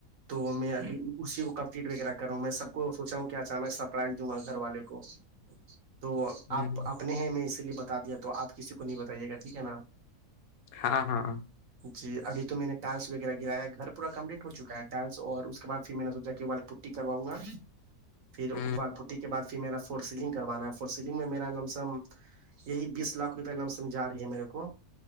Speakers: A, on the right (about 60°); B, on the left (about 70°).
A: تو میں اسی کو کمپلیٹ وغیرہ کر رہا ہوں میں سب کو سوچا ہوں کہ اچانک سرپرائز دوں گا گھر والے کو <unintelligible> تو آپ
B: ہ
A: اپنے ہیں میں اسی لیے بتا دیا تو آپ کسی کو نہیں بتائیے گا ٹھیک ہے نا
B: ہاں ہاں
A: جی ابھی تو میں نے ڈانس وغیرہ گایا گھر پورا کمپلیٹ ہو چکا ہے ڈانس اور اس کےعد پھر میں نے سوچا کہ پٹی کراؤںا پھرال
B: ہ
A: پٹی کے بد پھر میرا فور سلنگ کروانا ہے فور سلنگ میں میرا لم سم یہی بیس لاکھ روپئے لمسم جا رہی ہے میرے کو